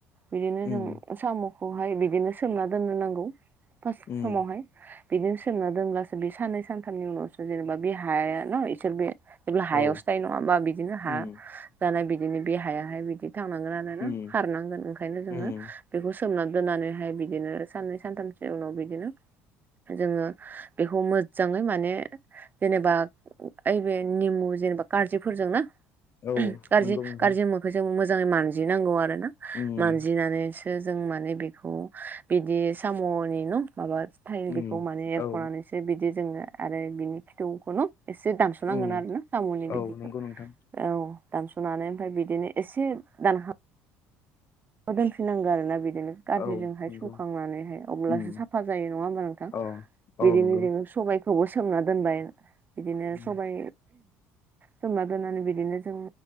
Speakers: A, on the right (about 30°); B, on the left (about 40°).
A: बिदिनो
B: उम
A: जों साम'खौहाय बिदिनो सोमना दोननो नांगौ फार्स्ट
B: उम
A: समावहाय। बिदिनो सोमना दोनब्लासो बे साननै सानथामनि उनावसो जेनेबा बे हाया ना इसोर बे जेब्ला हायावसो
B: औ
A: थायो नङा ओमबा बिदिनो हा
B: उम
A: जानाय बिदिनो बे हायाहाय बिदि थांनांगोन आरो। हायाना
B: उम
A: खारनांगोन ओंखायनो जोङो
B: उम
A: बेखौ सोमनानै दोननानैहाय बिदिनो साननै सानथामसो उनाव बिदिनो जोङो बेखौ मोजाङै माने जेनेबा ओइ ओइबे निमु जेनेबा कारजिफोरजोंनो
B: औ
A: कारजि
B: नंगौ नोंथां
A: कारजि मो बेखौ जों मोजाङै मानजिनांगौ आरोना
B: उम
A: मानजिनानै बेखो जों माने बेखौ बिदि साम'नि न' माबा थायो
B: उम
A: बेखौ माने एरख'नानैसो
B: औ
A: बिदि जोङो आरो बिनि खिथुखौनो एसे दामस' दानस'नांगोन
B: उम
A: आरोना साम'नि बिदिखौ
B: औ नंगौ नोंथां
A: औ दानस'नानै ओमफ्राय बिदिनो एसे दानहां दोनफिनांगौ आरोना बिदिनो गाज्रिजोंहाय
B: औ नंगौ
A: सुखांनानैहाय अब्लासो
B: उम
A: साफा जायो नङा ओमबा नोंथां?
B: अ
A: बिदिनो
B: औ नंगौ
A: जोङो सबाइखौबो सोमना दोनबाय बिदिनो
B: उम
A: सबाइ सोमना दोननानै बिदिनो जों